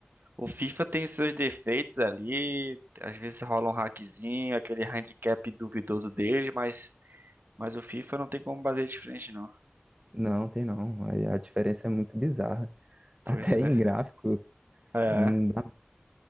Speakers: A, on the right; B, on the right.
A: O FIFA tem os seus defeitos ali, às vezes rola um hackzinho, aquele handicap duvidoso dele, mas, mas o FIFA não tem como bater de frente, não.
B: Não, tem não. A a diferença é muito bizarra.
A: Pois
B: Até
A: é.
B: em gráfico,
A: É,
B: não dá.